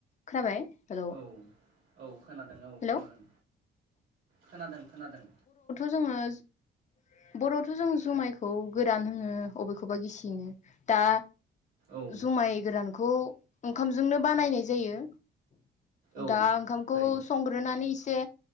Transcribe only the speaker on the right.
औ औ खोनादों औ
खोनादों खोनादों खोनादों
औ
औ
जायो